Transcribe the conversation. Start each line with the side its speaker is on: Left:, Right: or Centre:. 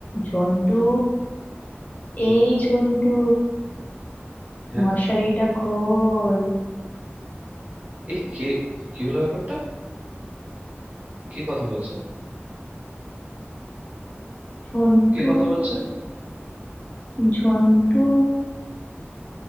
Left: ঝন্টু
Right: হুম,
Left: এই ঝন্টু
Right: হ্যাঁ
Left: মশারিটা খোল
Right: এই কে কি হলো ব্যাপারটা কে কথা বলছে
Left: ঝন্টু
Right: কে কথা বলছে
Left: ঝন্টু